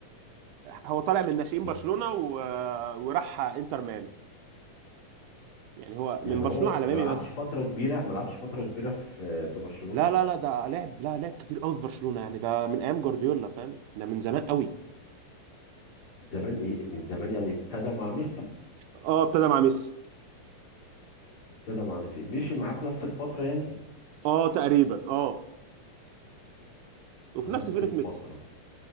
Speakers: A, on the right; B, on the left.
A: هو طالع من ناشئين
B: مم.
A: برشلونة و... وراح انتر ميامي يعني هو
B: يعني
A: من برشلونة
B: هو
A: على
B: ما
A: ميامي
B: لعبش
A: بس
B: فترة كبيرة ما لعبش فترة كبيرة في في برشلونة
A: لا لا لا ده لعب لا لعب كتير قوي في برشلونة يعني ده من ايام جوارديولا فاهم ده من زمان قوي
B: زمان إيه من زمان يعني ابتدى مع ميسي
A: اه ابتدى مع ميسي
B: ابتدى مع ميسي مشي معاه في نفس الفترة يعني
A: اه تقريبا اه وفي
B: في نفس
A: نفس فرقة
B: الفترة
A: ميسي